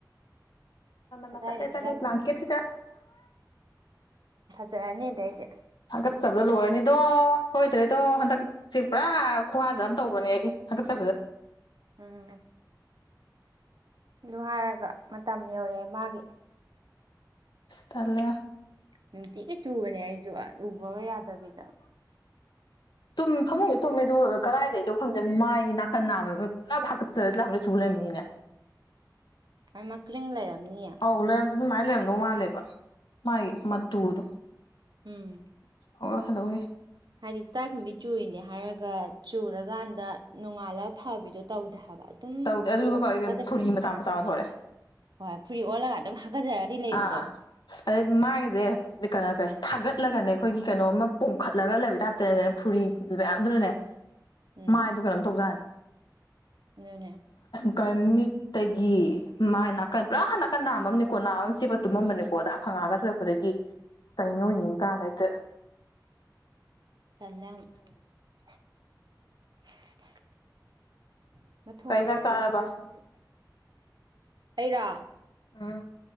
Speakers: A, on the right; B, on the left.
A: ꯀꯗꯥꯏꯗꯒꯤ
B: ꯃꯁꯥꯦꯁ
A: ꯂꯥꯏ ꯈꯨꯝꯕꯤ
B: ꯂ ꯀꯦꯠꯁꯤꯗ
A: ꯐꯖꯥꯔꯅꯤ ꯑꯗꯩꯗꯤ
B: ꯍꯒꯠꯆꯕꯗ ꯂꯣꯏꯔꯅꯤꯗꯣ ꯁꯣꯏꯗ꯭ꯔꯦꯗꯣ ꯍꯟꯗꯛ ꯁꯤ ꯄꯨꯔꯥ ꯈꯨ꯭ꯍꯖꯅ ꯇꯧꯕꯅꯦ ꯑꯩ ꯍꯥꯒꯠꯆꯥꯕ
A: ꯎꯝ ꯑꯗꯨ ꯍꯥꯏꯔꯒ ꯃꯇꯝ ꯌꯧꯔꯛꯑꯦ ꯃꯥꯒꯤ
B: ꯇꯥꯜꯂꯦ
A: ꯅꯨꯡꯇꯤꯒꯤ ꯆꯨꯕꯅꯤ ꯍꯥꯏ ꯎꯕꯒ ꯌꯥꯗꯕꯤꯗ
B: ꯨ ꯐꯃꯨꯡꯗ ꯇꯨꯝꯃꯦ ꯑꯗꯨꯒ ꯀꯗꯥꯏꯗꯗꯣ ꯈꯪꯗꯦ ꯃꯥꯏ ꯅꯥꯀꯟ ꯅꯥꯝꯃ ꯄꯨꯂꯞ ꯍꯥꯀꯠꯆ ꯂ ꯆꯨ ꯂꯩꯃꯤꯅꯤꯅꯦ
A: ꯑꯃ ꯃꯀꯔꯤꯡ ꯂꯩꯔꯝꯅꯤꯌꯦ
B: ꯑꯧ ꯂꯩꯔꯝꯗꯣ ꯑꯗꯨꯃꯥꯏꯅ ꯂꯩꯔꯝꯗꯧ ꯃꯥꯜꯂꯦꯕ ꯃꯥꯒꯤ ꯃꯇꯨꯗꯣ
A: ꯎꯝ
B: ꯑꯣ ꯋꯥꯊꯜ ꯂꯧꯋꯦ
A: ꯍꯥꯏꯗꯤ ꯏ ꯇꯥꯏꯈꯨꯝꯕꯤ ꯆꯨꯔꯤꯅꯦ ꯍꯥꯏꯔꯒ ꯆꯨꯔꯀꯥꯟꯗ ꯅꯣꯡꯉꯥꯜꯂꯒ ꯐꯕꯤꯗꯣ ꯇꯧꯗꯦ ꯍꯥꯏꯕ ꯑꯗꯨꯝ
B: ꯇꯧꯗꯦ ꯑꯗꯨꯒ
A: ꯄꯣꯝꯃꯒ
B: ꯐꯨꯔꯤ ꯃꯆꯥ ꯃꯆꯥ ꯑꯃ ꯊꯣꯛꯂꯛꯑꯦ
A: ꯍꯣꯏ ꯐꯨꯔꯤ ꯑꯣꯜꯂꯒ ꯑꯗꯨꯝ ꯍꯥꯒꯠꯆꯔꯗꯤ ꯂꯩꯕꯗꯣ
B: ꯑꯥ ꯑꯗꯩ ꯃꯥꯏꯒꯁꯦ ꯀꯩꯅꯣ ꯇꯧꯋꯦ ꯊꯥꯒꯠꯂꯦ ꯆꯠꯂꯒꯅꯦ ꯑꯩꯈꯣꯏꯒꯤ ꯀꯩꯅꯣꯝ ꯄꯣꯝꯈꯠꯂꯒ ꯂꯩꯕ ꯇꯥꯏꯞꯇꯅꯅꯦ ꯐꯨꯔꯤ ꯃꯌꯥꯝꯗꯨꯅꯅꯦ
A: ꯎꯝ
B: ꯃꯥꯏꯗꯨ ꯀꯩꯅꯣꯝ ꯇꯧꯖꯥꯅꯤ
A: ꯑꯗꯨꯅꯦ
B: ꯀꯩꯅꯣ ꯃꯤꯠꯇꯒꯤ ꯃꯥꯏ ꯅꯥꯀꯟ ꯄꯨꯔꯥ ꯅꯥꯀꯟ ꯅꯥꯃꯅꯤꯀꯣ ꯆꯦꯄ ꯇꯨꯝꯃꯝꯕꯅꯤꯀꯣ ꯑ ꯈꯪꯉꯛꯑꯒ ꯆꯠꯂꯛꯄꯗꯒꯤ ꯀꯩꯅꯩꯅꯣ ꯌꯦꯡꯉꯀꯥꯟꯗꯇꯦ
A: ꯇꯜꯂꯦ ꯌꯥꯝ <unintelligible> ꯃꯊꯣꯡꯁꯨꯥꯗꯦꯗ
B: ꯀꯩ ꯏꯟꯖꯥꯡ ꯆꯥꯔꯕ
A: ꯂꯥꯏ ꯈꯪꯗꯦ ꯑꯩꯔꯣ
B: ꯑꯥ